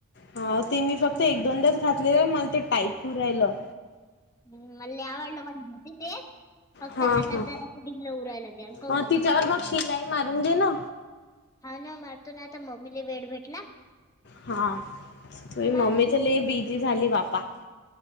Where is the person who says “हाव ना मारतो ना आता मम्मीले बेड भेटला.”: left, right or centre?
Left